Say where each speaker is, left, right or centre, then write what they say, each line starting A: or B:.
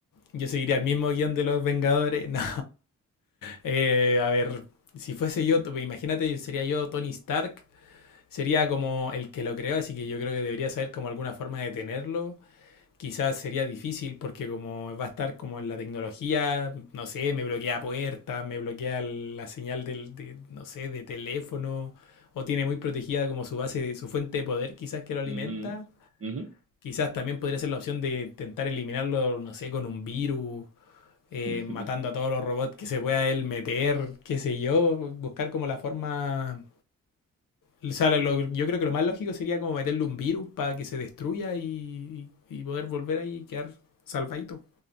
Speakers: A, on the left; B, on the right.
A: yo seguiría el mismo guión de los Vengadores. <laughs> No, Eh, a ver, si fuese yo, t- imagínate, sería yo Tony Stark, sería como el que lo creó, así que yo creo que debería saber como alguna forma de tenerlo. Quizás sería difícil porque como va a estar como en la tecnología, no sé, me bloquea puertas, me bloquea el- la señal del, de, no sé, de teléfono, o tiene muy protegida como su base, de, su fuente de poder quizás que lo alimenta.
B: Ujú, ujú.
A: Quizás también podría ser la opción de intentar eliminarlo, no sé, con un virus
B: <laughs>
A: eh, matando a todos los robots que se pueda él meter, qué sé yo, buscar como la forma... O sea, lo- yo creo que lo más lógico sería como meterle un virus para que se destruya y, y poder volver ahí y quedar salvadito.